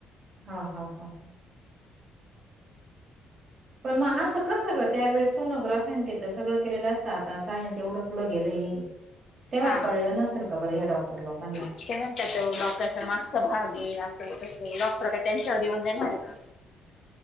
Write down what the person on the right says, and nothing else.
हा हा हा हा. पण मग असं कां सगळं त्यावेेस सोनोग्राफीनिथं सगळं केलेलं असतं आता सायन्स एवढं पुढं गेलंय तेव्हा
कळलं नसेल का बरं या डॉक्टर लोकांना.